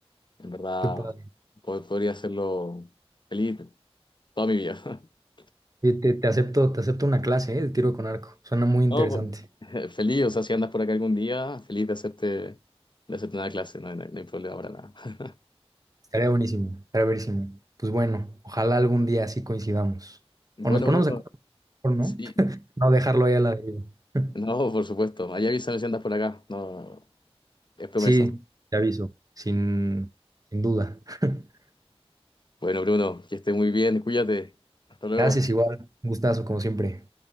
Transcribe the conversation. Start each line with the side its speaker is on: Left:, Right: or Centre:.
Left: en verdad
Right: Qué padre.
Left: po- podría hacerlo feliz toda mi vida. <laughs>
Right: Oye, Te, te acepto, te acepto una clase, ¿eh? de tiro con arco. Suena muy interesante.
Left: No, pues, <laughs> feliz, o sea, si andas por acá algún día, feliz de hacerte, de hacerte una clase, no hay, no hay problema para nada. <laughs>
Right: Estaría buenísimo, estaría buenísimo. Pues bueno, ojalá algún día así coincidamos.
Left: Bueno,
Right: O nos ponemos
Left: Bruno,
Right: de acuerdo, mejor, ¿no?
Left: sí.
Right: No dejarlo ahí a la deriva. <laughs>
Left: No, por supuesto. Ahí avísame si andas por acá. No, es promesa.
Right: Sí, te aviso, sin, sin duda. <laughs>
Left: Bueno, Bruno, que esté muy bien. Cuídate. Hasta luego.
Right: Gracias igual, un gustazo como siempre.